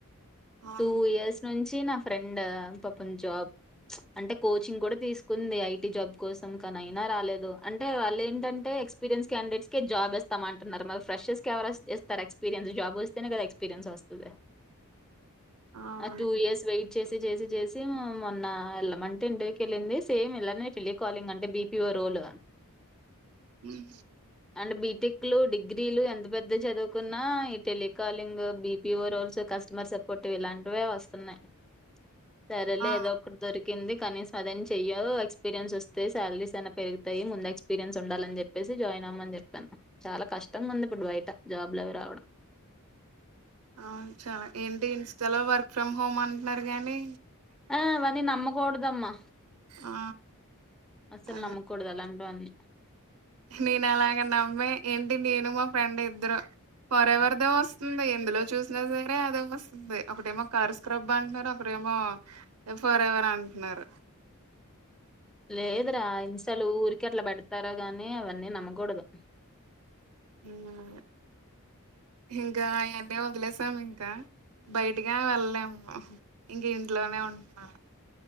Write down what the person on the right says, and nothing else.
అవును
అవును
మ్మ్
ఆ
ఆ చాలా ఏంటి ఇంస్టాలో వర్క్ ఫ్రమ్ హోమ్ అంట్న్నారు గానీ
ఆ
అదే
నేను అలాగే నమ్మే ఏంటి నేను మా ఫ్రెండ్ ఇద్దరు ఫర్ ఎవర్దే వస్తుంది ఎందులో చూసినా సరే అదే వస్తుంది ఒకటేమో కార్ స్క్రబ్ అంటున్నారు ఒకరెమో ఫర్ ఎవర్ అంటున్నారు
మ్మ్ ఆ ఇంకా అవన్నీ వదిలేసామ్ ఇంకా బయటగా వెళ్లలేము ఇంక ఇంట్లోనే ఉంటున్నాము